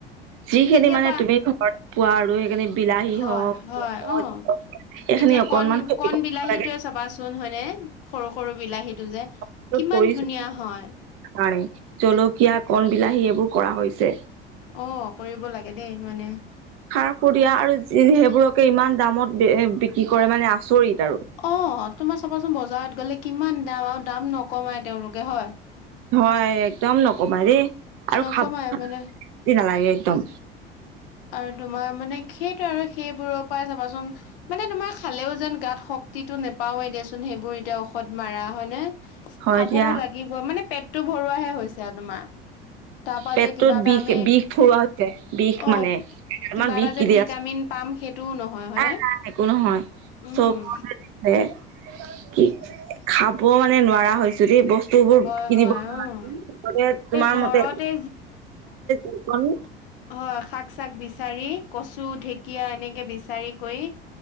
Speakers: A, on the right; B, on the left.
A: যিখিনি
B: কেতিয়াবা
A: মানে তুমি ঘৰত পোৱা আৰু সেইখিনি বিলাহী
B: হয়
A: হওক
B: হয় অ
A: এইখিনি
B: এতিয়া
A: অকনমান
B: কণ
A: খেতি
B: কণ
A: কৰিব
B: বিলাহীত
A: লাগে
B: সেইটোৱে চাবাচোন হয়নে সৰু-সৰু বিলাহীটো যে
A: এইবোৰ
B: কিমান
A: কৰিছো
B: ধুনীয়া হয়।
A: কাৰণে জলকীয়া, কণ বিলাহী এইবোৰ কৰা হৈছে।
B: অ কৰিব লাগে দেই মানে
A: খাৰ সৰীয়া আৰু সেইবোৰক ইমান দামত বিক্ৰী কৰে মানে আচৰিত। আৰু
B: অ' তোমাৰ চাবাচোন বজাৰত গ'লে কিমান দাম আৰু দাম নকমাই তেওঁলোকে হয়।
A: হয় একদম নকমাই দেই আৰু
B: নকমাই
A: খাব টেষ্টি
B: মানে
A: নালাগে একদম।
B: আৰু তোমাৰ মানে সেইটো আৰু সেইবোৰৰ পৰা চাবাচোন মানে তোমাৰ খালেও যেন গাত শক্তিটো নাপায় পাওঁ দিয়াচোন সেইবোৰ এতিয়া ঔষধ মাৰা হয় নে?
A: হয়
B: খাবও
A: এতিয়া
B: লাগিব মানে পেটটো ভৰোৱাাহে হৈছে আৰু তোমাৰ। তাৰ পৰা
A: পেটটোত
B: যে কিবা এটা
A: বিষ
B: আমি
A: বিষ ভৰোৱা হৈছে বিষ
B: অ
A: মানে
B: কিবা
A: আমান
B: এটা
A: বিষ
B: যে
A: <inaudible>
B: ভিটামিন
A: আছে।
B: পাম সেইটোও নহয় হয়নে
A: নাই নাই একো নহয়
B: উম
A: চবতে কি খাব মানে নোৱাৰা হৈছো দেই বস্তু বোৰ
B: হয়
A: কিনিব
B: হয়
A: নালাগে
B: উম
A: তোমাৰ
B: এই ঘৰতে
A: মতে <inaudible>
B: অ শাক চাক বিচাৰি কচু ধেকিয়া এনেকে বিচাৰি কৰি